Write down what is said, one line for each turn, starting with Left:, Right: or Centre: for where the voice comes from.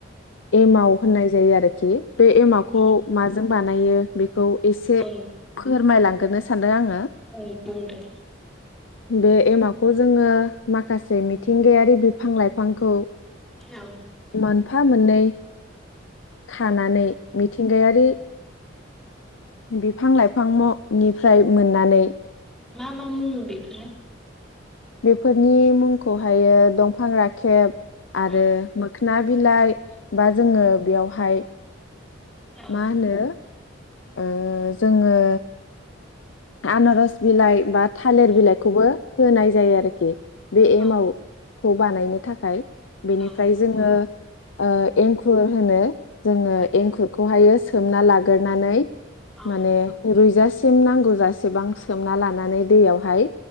Left: एमाव होननाय जायो आरो दि बे एमावखौ
Centre: उम
Left: माजों बानायो बेख खौ एसे
Centre: औ
Left: खमायलांग्रोनो सान दो आङो
Centre: औ बुंदो
Left: बे एमावखौ जोङो माखासे मिथिंगायारि बिफां लाइफांखौ
Centre: औ
Left: मोनफा मोननै खानानै मिथिंगायारि बिफां लाइफ फांल' निफ्राय मोननानै
Centre: मा मा मुङो बेफोरो
Left: बेफोरनि मुंखौहायो दंफां राखेब आरो
Centre: औ
Left: मोखना बिलाइ बा जोङो बेयावहाय
Centre: औ
Left: मा होनो ओ जोङो आनारस बिलाइ बा थालिर
Centre: औ
Left: बिलाइखौबो होनाय जायो आरोखि बे
Centre: औ
Left: एमाव खौ बानायनो थाखाय बेनिफ्राय
Centre: औ
Left: जोङो ओ एंखुर होनो जोंङो
Centre: औ
Left: एंखुरखौहायो स सोमना लाग्रनानै
Centre: औ
Left: माने रुय जास सिम नांगौ जाय एसेबां सोमना लानानै दैयावहाय